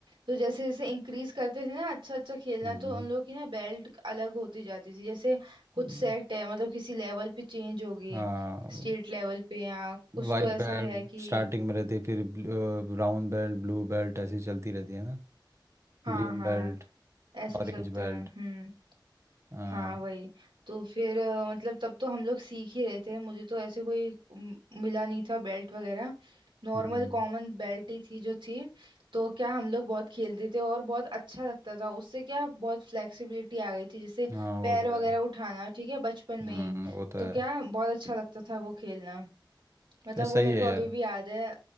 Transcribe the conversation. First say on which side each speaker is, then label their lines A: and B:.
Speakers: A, on the right; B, on the right.
A: तो जैसे जैसे इंक्रीज करते थे ना अच्छा अच्छा खेलना
B: हम्म
A: तो उन लोग की ना बेल्ट अलग होती जाती थी जैसे कुछ
B: हम्म,
A: सेट है मतलब किसी लेवल पे चेंज हो गई
B: हाँ
A: स्टेट लेवल पे या कुछ
B: वाइट
A: तो ऐसा
B: बेल्ट
A: है कि
B: स्टार्टिंग में रहती है फिर ब्राउन बेल्ट ब्लू बेल्ट ऐसी चलती रहती है ना
A: हाँ
B: ग्रीन
A: हाँ
B: बेल्ट
A: ऐसे
B: ऑरेंज
A: चलता
B: बेल्ट
A: है हम्म।
B: हाँ
A: हाँ वही तो फिर अ, मतलब तब तो हम लोग सीख ही रहे थे मुझे तो ऐसे कोई म- मिला नहीं था बेल्ट वगैरह नॉर्मल
B: हम्म
A: कॉमन बेल्ट ही थी जो थी तो क्या हम लोग बहुत खेलते थे और बहुत अच्छा लगता था उससे क्या बहुत फ्लेक्सिबिलिटी आ गई थी जैसे
B: हाँ वो
A: पैर
B: तो
A: वगैरह
B: है
A: उठाना ठीक है बचपन
B: हम्म
A: में ही।
B: वो तो है
A: तो क्या बहुत अच्छा लगता था वो खेलना मतलब
B: ये सही
A: वो मेरे
B: है
A: को अभी
B: यार
A: भी याद है